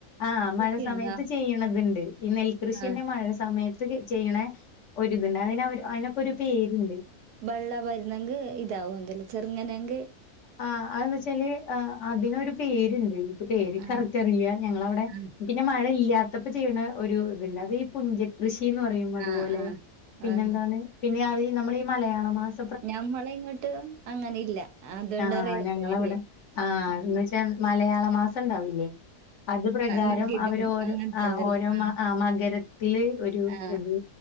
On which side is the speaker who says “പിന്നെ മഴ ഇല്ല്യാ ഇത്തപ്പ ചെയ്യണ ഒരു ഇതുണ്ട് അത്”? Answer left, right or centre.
Left